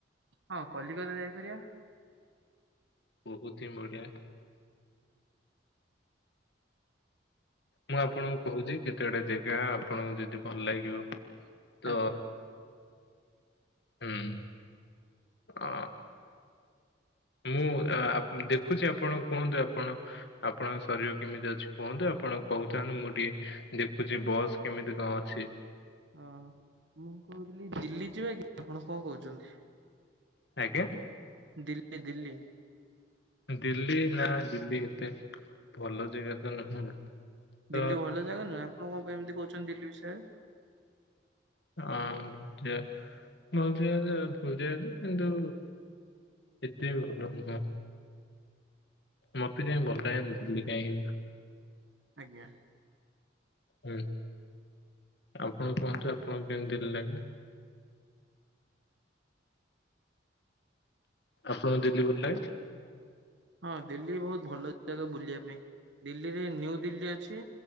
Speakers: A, on the right; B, on the left.
A: ହଁ କଲିକତା ଯାଇପାରିବା।
B: ବହୁତ ହିଁ ବଢିଆ। ମୁଁ ଆପଣଙ୍କୁ କହୁଛି କେତେ ଗୁଡେ ଜାଗା ଆପଣଙ୍କୁ ଯଦି ଭଲ ଲାଗିବ। ତ
A: ଆଜ୍ଞା
B: ହୁଁ ଅ ମୁଁ ଆ ଦେଖୁଛି ଆପଣ କୁହନ୍ତୁ ଆପଣ ଆପଣଙ୍କ ଶରୀର କେମିତି ଅଛି କୁହନ୍ତୁ ଆପଣ କହୁଥାନ୍ତୁ ମୁଁ ଟିକେ ଦେଖୁଛି ବସ୍ କେମିତି କଣ ଅଛି?
A: ଓହ ମୁଁ କହୁଥିଲି ଦିଲ୍ଲୀ ଯିବା କି ଆପଣ କଣ କହୁଛନ୍ତି।
B: ଆଜ୍ଞା।
A: ଦିଲ୍ଲୀ ଦିଲ୍ଲୀ।
B: ଦିଲ୍ଲୀ ନା ଦିଲ୍ଲୀ ଏତେ ଭଲ ଜାଗା ତ ନୁହଁ। ତ
A: ଦିଲ୍ଲୀ ଭଲ ଜାଗା ନୁହଁ ଆପଣ କଣ ପାଇଁ ଏମିତି କହୁଛନ୍ତି ଦିଲ୍ଲୀ ବିଷୟରେ।
B: ହଁ ଭଲ ଭଲ ଜାଗା ଭଲ ଜାଗା ଯେ କିନ୍ତୁ ଏତେ ଭଲ ନୁହଁ। ମତେ କାଇଁ ଭଲ ଲାଗେନି କାଇଁ।
A: ଆଜ୍ଞା।
B: ହୁଁ ଆପଣ କୁହନ୍ତୁ ଆପଣଙ୍କୁ କେମିତି ଲାଗେ। ଆପଣଙ୍କୁ ଦିଲ୍ଲୀ ଭଲ ଲାଗେ?
A: ହଁ ଦିଲ୍ଲୀ ବହୁତ ଭଲ ଜାଗା ବୁଲିବା ପାଇଁ। ଦିଲ୍ଲୀରେ ନିୁ ଦିଲ୍ଲୀ ଅଛି